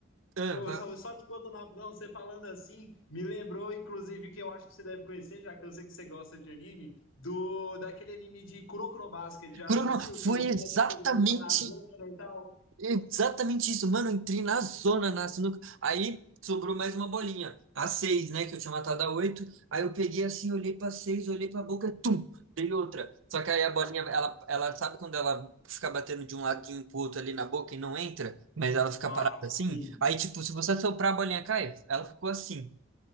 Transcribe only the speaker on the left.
Ô,
Só, só te contando rapidão, você falando assim, me lembrou, inclusive, que eu acho que você deve conhecer, já que eu sei que você gosta de anime, do daquele anime de Kuroko no Basket. Já
assistiu?
Que eles
têm essa coisa de entrar na zona e tal.
Nossa,
sim.